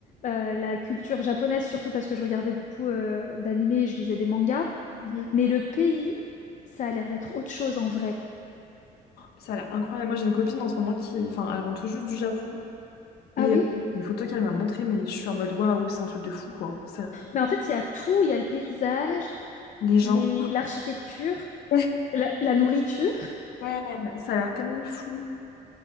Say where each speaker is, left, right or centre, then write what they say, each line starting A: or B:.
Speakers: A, on the left; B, on the left.
A: euh, la culture japonaise, surtout parce que je regardais beaucoup euh, d'animés et je lisais des mangas.
B: Mhm.
A: Mais le pays, ça a l'air d'être autre chose en vrai, quoi.
B: Ça a l'air incroyable. Moi, j'ai une copine en ce moment qui est... Enfin, elle rentre tout juste du Japon.
A: Ah
B: Et
A: oui?
B: euh, les photos qu'elle m'a montrées, mais je suis en mode waouh, c'est un truc de fou, quoi. Ça a l'air tellement...
A: Mais en fait, il y a tout. Il y a le paysage,
B: Les gens.
A: les... l'architecture,
B: <laughs>
A: la... la nourriture.
B: Ouais, ouais, ça a l'air tellement fou.